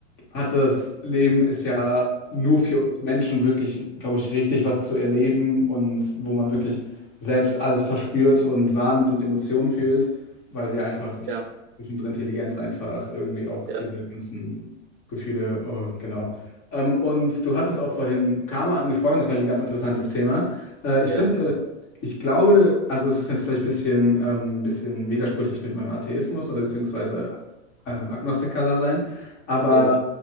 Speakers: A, on the left (about 35°); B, on the right (about 45°).
A: hat das Leben ist ja nur für uns Menschen wirklich, glaube ich, richtig was zu erleben und wo man wirklich selbst alles verspürt und wahrnimmt und Emotionen fühlt, weil wir einfach ich,
B: Ja,
A: durch unsere Intelligenz einfach irgendwie auch
B: ja,
A: diese ganzen Gefühle, oh, genau. Ähm, und du hattest auch vorhin Karma angesprochen, das fand ich ein ganz interessantes Thema. Äh, ich
B: Ja,
A: finde, ich glaube, also es ist jetzt vielleicht ein bisschen, ähm, bisschen widersprüchlich mit meinem Atheismus oder beziehungsweise ähm, Agnostiker da sein, aber
B: ja, ja,